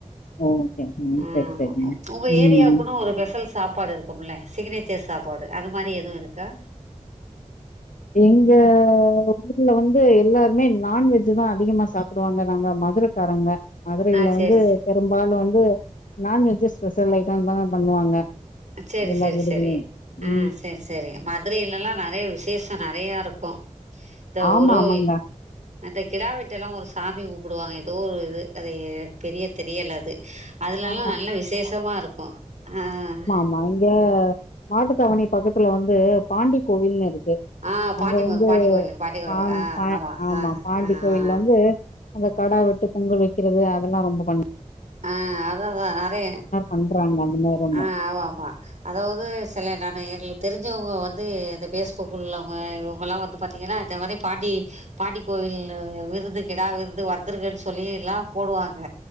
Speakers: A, on the left; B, on the right.
A: ஓகே ம்
B: ஆ
A: சரி சரிங்க
B: உங்க
A: ம்
B: ஏரியாவுக்குன்னு ஒரு பெஸல்ஸ் சாப்பாடு இருக்கும்ல சிக்னேச்சர் சாப்பாடு அது மாரி எதுவு இருக்கா?
A: எங்க ஊ ர்ல வந்து எல்லாருமே நான்வெஜ்ஜு தா அதிகமா சாப்புடுவாங்க நாங்க மதுரக்காரங்க மதுரைல
B: ஆ சேரி
A: வந்து
B: சே
A: பெரும்பாலு வந்து நான்வெஜ்ஜு ஸ்பெஷல் ஐட்டொ இது மார்தா பண்ணுவாங்க
B: செரி
A: எல்லார்
B: செரி
A: வீடுகள்லயும்.
B: செரி அ
A: ம்.
B: செர் செரி மதுரைலல்லா நெறைய விஷேஷ நெறைய இருக்கு த
A: ஆமா,
B: ஒரோய்
A: ஆமாங்க.
B: அந்த கெடா வெட்டல்லா ஒரு சாமி கு ம்பிடுவாங்க எதோ ஒ இது அது எ பெரிய தெரியல அது அதுலல்லா
A: ஆ
B: நல்ல விசேஷமா இருக் கு ஆஹ்
A: மா இங்க மாட்டு தாவணி பக்கத்துல வந்து பாண்டி கோவில்னு இருக்கு கு
B: ஆ
A: அங்க
B: பாண்டி
A: வந்து
B: பாண்டி கோயிலுக்கு பாண்டி கோயிலுக்கு
A: பா
B: ஆ
A: பா ஆமா
B: ஆ
A: பாண்டி
B: ஆ
A: கோயிலந்து
B: ஆ
A: அங்க கடா வெட்டு பொங்கல் வைக்கிறது அதெல்லா ரொம்ப பண்ணு
B: ஆ அதாதா அதே
A: பண்றாங்க அந்த நேரமா.
B: ஆ ஆமா ஆமா அதாவது செல நெநயல் தெரிஞ்சவங்க வந்து இந்த பேஸ்புக்கு உள்ளவங்க இவங்கலா வந்து பார்த்தீங்கன்னா இதமாரி பாண்டி பாண்டி கோயில விருந்து கிடா விருந்து ரு வத்தருகன் சொல்லி எல்லா போடுவாங்க